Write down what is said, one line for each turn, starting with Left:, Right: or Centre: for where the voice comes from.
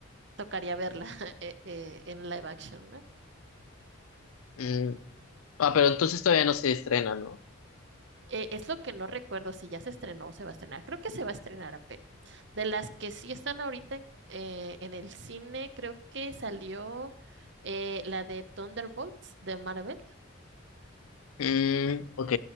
Right: tocaría verla <laughs> eh, eh, en live action, ¿no?
Left: Mm. Ah, pero entonces todavía no se estrena, ¿no?
Right: Eh, es lo que no recuerdo si ya se estrenó o se va a estrenar. Creo que se va a estrenar apenas. De las que sí están ahorita en, eh, en el cine, creo que salió eh, la de Thunderbolts de Marvel
Left: Mm, ok.